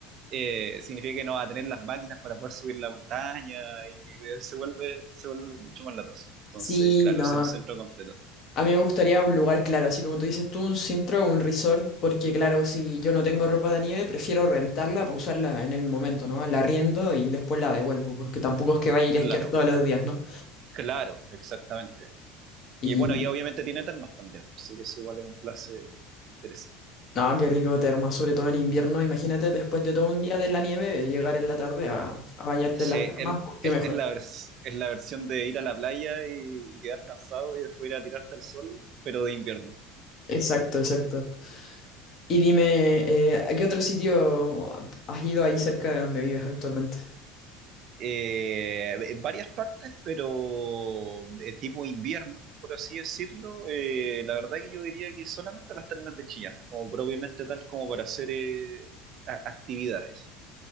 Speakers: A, on the right; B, on the left.
A: eh, significa que no va a tener las máquinas para poder subir la montaña y eh, se vuelve, se vuelve mucho más latoso. Entonces,
B: Sí,
A: claro,
B: no.
A: ese es un centro completo.
B: A mí me gustaría un lugar claro, así como tú dices tú, un centro o un resort, porque claro, si yo no tengo ropa de nieve, prefiero rentarla para usarla en el momento, ¿no? La arriendo y después la devuelvo, porque tampoco es que vaya a ir a
A: Claro,
B: esquiar todos los días, ¿no?
A: claro, exactamente.
B: Y
A: Y bueno, y obviamente tiene termas también, así que eso igual es un place interesante.
B: no, qué rico terma, sobre todo en invierno, imagínate después de todo un día de la nieve, llegar en la tarde a, a bañarte
A: Sí,
B: en las termas,
A: el-
B: pues, qué
A: es,
B: mejor.
A: es la vers- es la versión de ir a la playa y, y quedar cansado y después ir a tirarte al sol, pero de invierno.
B: Exacto, exacto. Y dime, eh, ¿a qué otro sitio has ido ahí cerca de donde vives actualmente?
A: eh, en varias partes, pero eh, tipo invierno, por así decirlo. eh, la verdad que yo diría que solamente a las termas de Chillán, como propiamente tal como para hacer eh, a- actividades.